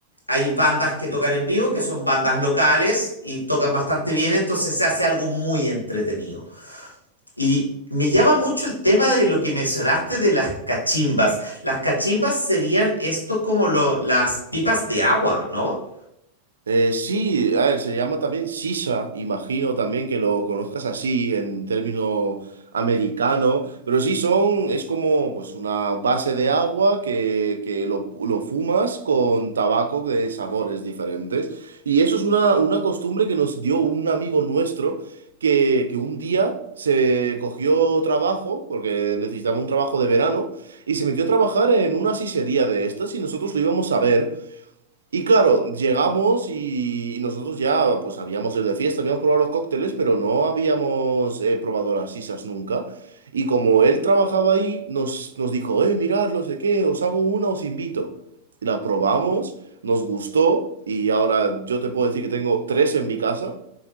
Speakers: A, on the left; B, on the right.
A: Hay bandas que tocan en vivo, que son bandas locales y tocan bastante bien, entonces se hace algo muy entretenido. Y me llama mucho el tema de lo que mencionaste de las cachimbas. Las cachimbas serían esto como lo- las pipas de agua, ¿no?
B: Eh, sí, a ver, se llama también Sisa, imagino también que lo conozcas así en término americano, pero sí son, es como pues una base de agua que, que lo, lo fumas con tabaco de sabores diferentes. Y eso es una, una costumbre que nos dio un amigo nuestro que, que un día se cogió trabajo, porque necesitaba un trabajo de verano, y se metió a trabajar en una sisería de estas y nosotros lo íbamos a ver. Y claro, llegamos y, y nosotros ya pues habíamos ido de fiesta, habíamos probado los cócteles, pero no habíamos eh, probado las sisas nunca. Y como él trabajaba ahí, nos, nos dijo, eh, mirad, no sé qué, os hago una, os invito. Y la probamos, nos gustó y ahora yo te puedo decir que tengo tres en mi casa.